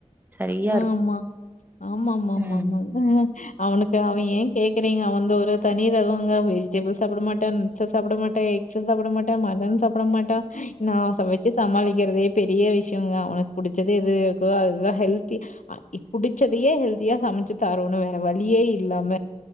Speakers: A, on the right (about 15°); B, on the left (about 75°).
A: சரியா
B: ஆமா
A: இருக்கு
B: ஆமாமாமாமா
A: ம்
B: அவனுக்கு அவ ஏங் கேக்கறீங்க வந்து ஒரு தனி ரகோங்க வெஜிடபிள் சாப்ட மாட்டான் நட்ஸ்ஸ சாப்ட மாட்டே ஸு சாப்பட மாட்ட மட்டா சாப்ட மாட்டா நா ஸ வெச்சு சமாளிக்கிறதே பெரிய விஷயங்க அவனுக் புடிச்சது எது இருக்கோ அதுதா ஹெல்த் தி ஆ இ புடிச்சதையே ஹெல்தியா சமைச்சு தரோணோ வேற வழியே இல்லாம